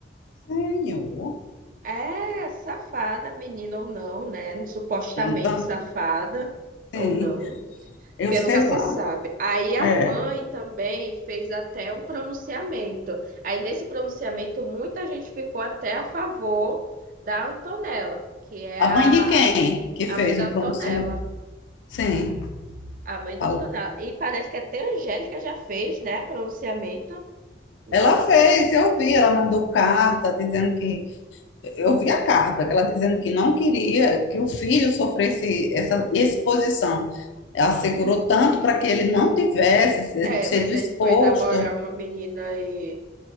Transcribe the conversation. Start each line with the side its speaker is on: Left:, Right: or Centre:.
Left: Tenho.
Right: É safada, menina ou não, né? Supostamente
Left: Então
Right: safada
Left: tem.
Right: ou não,
Left: Eu
Right: porque
Left: sei
Right: nunca se
Left: lá.
Right: sabe. Aí a
Left: É.
Right: mãe também fez até um pronunciamento. Aí nesse pronunciamento, muita gente ficou até a favor da Antonella, que é
Left: A mãe
Right: a
Left: de quem que
Right: a
Left: fez
Right: mãe da
Left: o pronunciamento?
Right: Antonella.
Left: Sim,
Right: A mãe
Left: falou.
Right: da Antonella. E parece que até a Angélica já fez, né? Pronunciamento. Nossa.
Left: Ela fez, eu vi, ela mandou carta dizendo que. Eu vi a carta, que ela dizendo que não queria que o filho sofresse essa exposição. Ela segurou tanto para que ele não tivesse se-
Right: É,
Left: sido
Right: mas ele
Left: exposto.
Right: foi namorar uma menina e